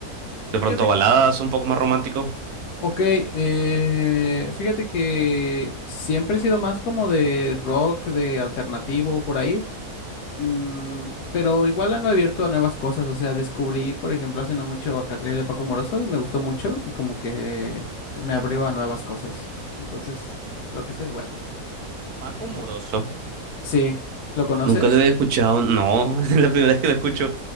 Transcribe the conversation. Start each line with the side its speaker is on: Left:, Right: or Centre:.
Right: de
Left: fíjate
Right: pronto baladas un poco más romántico?
Left: Ok, eh, fíjate que siempre he sido más como de rock, de alternativo por ahí, mm, pero igual ando abierto a nuevas cosas, o sea, descubrí, por ejemplo, hace no mucho a Catriel y a Paco Moroso y me gustó mucho y como que me abrió a nuevas cosas, entonces lo que sé es bueno.
Right: Paco
Left: Ujú.
Right: Moroso.
Left: Sí, ¿lo conoces?
Right: Nunca lo había escuchado, no, <laughs> es la primera vez que lo escucho,